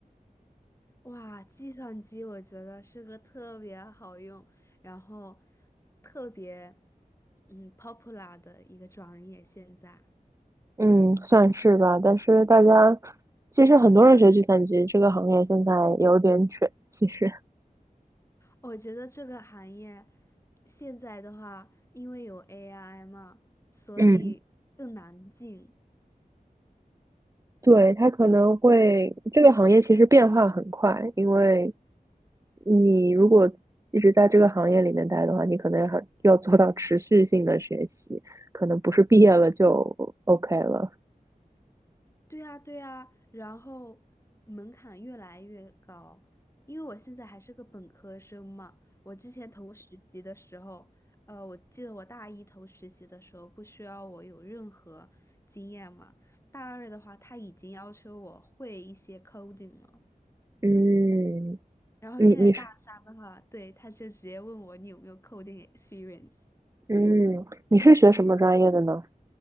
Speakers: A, on the left; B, on the right.
A: 哇，计算机我觉得是个特别好用，然后特别嗯 popular 的一个专业。现在
B: 嗯，算是吧。但是大家其实很多人学计算机这个行业现在有点卷，其实。
A: 我觉得这个行业现在的话，因为有 AI 嘛，所以更难进。
B: 嗯。对，它可能会，这个行业其实变化很快，因为你如果一直在这个行业里面待的话，你可能还要做到持续性的学习，可能不是毕业了就 OK 了。
A: 对呀，对呀，然后门槛越来越高，因为我现在还是个本科生嘛。我之前投实习的时候，呃，我记得我大一投实习的时候不需要我有任何经验嘛，大二的话他已经要求我会一些 coding 了，
B: 嗯，
A: 然后现在大三的话，
B: 你你是
A: 对，他就直接问我你有没有 coding experience。
B: 嗯你是学什么专业的呢？